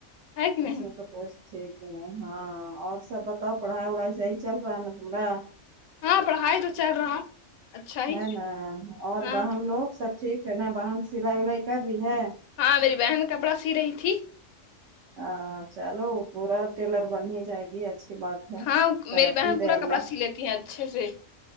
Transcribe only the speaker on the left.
ہے کہ نہیں
ہاں پڑھائی تو چل رہا اچھا ہی
ہاں
ہاں میری بہن کپڑا سی رہی تھی
ہاں
میری بہن
پورا
کپڑا سی لیتی ہے اچھے سے